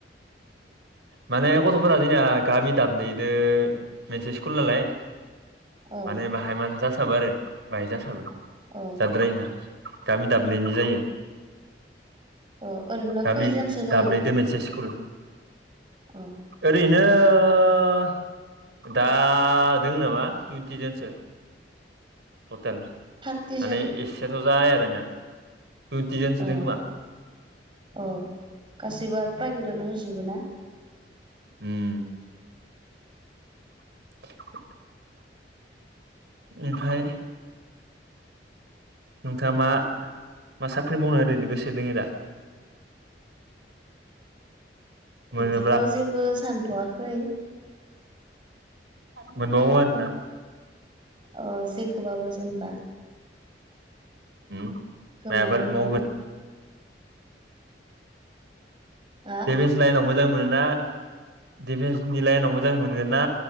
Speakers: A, on the right; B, on the right.
A: माने गथ'फोरा जोंनिया गामि दाबनैदो मोनसे स्कुल नालाय
B: ओ
A: माने बाहाय मानसि जासाबो आरो बाहाय जासाबो
B: ओ
A: जाद्रायि नोङा। गामि दाबनैनि जायो।
B: अ ओरैनो
A: गामि
B: खैजोनसो जायो?
A: दाबनैदो मोनसे स्कुल
B: अ
A: ओरैनो ओ दा दोङो नामा टुइन्टि जोनसो ट'टेल माने
B: थार्टिजोन
A: एसेथ' जाया दानिया टुइन्टि जनसो
B: औ
A: दों खोमा
B: औ गासिबो आरो प्राइभेटआवनो होजुबो ना।
A: उम <inaudible> ओमफ्राय नोंथाङा मा मा साख्रि मावनो ओरैनो गोसो दङो दा?
B: <inaudible>
A: मोनोब्ला
B: बिदिथ' जेबो सानथ'वाखै।
A: मोनबावो आरो ना।
B: अ जेखोबाबो जेनबा
A: उम माइबाफोर
B: मोनो इखोनो
A: मावगोन
B: हा
A: डिभेन्स लाइनाव मोजां मोनोना दिफेन्सनि लाइनाव मोजां मोनगोन ना